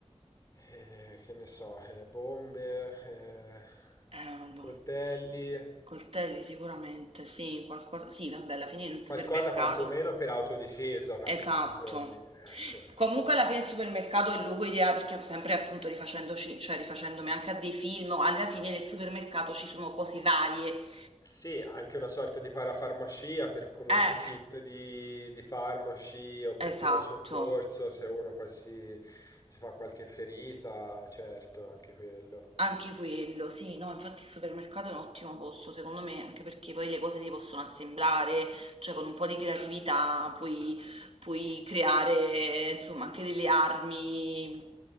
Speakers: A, on the left (about 30°); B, on the right (about 65°).
A: Eh, che ne so, eh, bombe, eh,
B: Eh,
A: coltelli,
B: Coltelli sicuramente, sì, qualcosa sì vabbè alla fine in un supermercato
A: qualcosa quantomeno per autodifesa da
B: esatto.
A: questi zombie, ecco.
B: Comunque alla fine il supermercato è il luogo ideale perché sempre appunto rifacendoci cioè rifacendomi anche a dei film, alla fine nel supermercato ci sono cose varie.
A: Sì, anche una sorta di parafarmacia per comunque
B: Eh,
A: kit di, di farmaci o per
B: esatto.
A: primo soccorso, se uno poi si, si fa qualche ferita, certo, anche quello.
B: Anche quello, sì, no, infatti il supermercato è un ottimo posto, secondo me, anche perché poi le cose si possono assemblare, cioè con un po' di creatività puoi, puoi creare, insomma, anche delle armi,